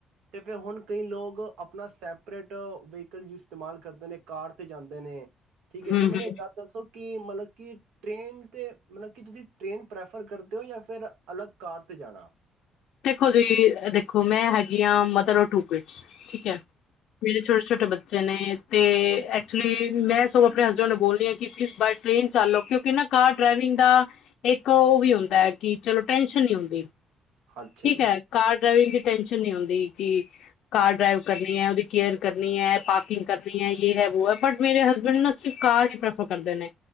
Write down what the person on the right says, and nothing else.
ਤੇ ਫਿਰ ਹੁਣ ਕਈ ਲੋਕ ਆਪਣਾ ਸੈਪਰੇਟ ਵਹੀਕਲ ਇਸਤੇਮਾਲ ਕਰਦੇ ਨੇ ਕਾਰ ਤੇ ਜਾਂਦੇ ਨੇ। ਠੀਕ ਹੈ
ਤੇ ਮੈਨੂੰ
ਇੱਕ ਗ ਦੱਸੋ ਕਿ ਮਤਲਬ ਕਿ ਟ੍ਰੇਨ ਤੇ ਮਤਲਬ ਕਿ ਤੁਸੀਂ ਟ੍ਰੇਨ ਪ੍ਰੈਫਰ ਕਰਦੇ ਹੋ ਜਾਂ ਫਿਰ ਅਲੱਗ ਕਾਰ ਤੇ ਜਾਣਾ।
ਅੱਛਾ
ਜੀ